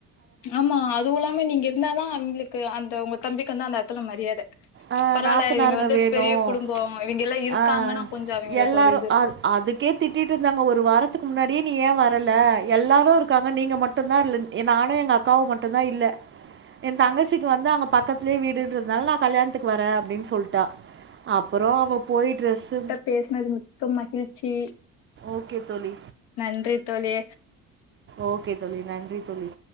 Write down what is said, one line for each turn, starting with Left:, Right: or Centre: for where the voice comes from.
Left: ஆமா அதுவுல்லாம நீங்க இருந்தா தா அவங்களுக்கு அந்த உங்க தம்பிக்கு வந்து அந்த எடத்துல மரியாத
Right: ஆ
Left: பரவால்ல
Right: நாத்தனாருங்க
Left: இவிங்க வந்து
Right: வேணும்.
Left: பெரிய குடும்போ இவிங்கல்லா இருக்காங்கன்னு
Right: ஆ
Left: கொஞ்சோ அவிங்களுக்
Right: எல்லாரும்
Left: ஒரு இது இருக்கு
Right: அது அதுக்கே திட்டிட்டு இருந்தாங்க ஒரு வாரத்துக்கு முன்னாடியே நீ ஏ வரல எல்லாரு இருக்காங்க நீங்க மட் டுதா இல்ல நானு எங்க அக்காவு மட்டு தா இல்ல எ தங்கச்சிக்கு வந்து அங்க பக்கத் லே வீடுன்றதுனால நா கல்யான்துக்கு வரே அப்டின் சொல்ட்டா அப்புறோ அவ போய் ட்ரெஸ்சு
Left: பேசினது மிக்க மகிழ்ச்சி
Right: ஓகே தோழி
Left: நன்றி தோழி
Right: ஓகே தோழி நன்றி தோழி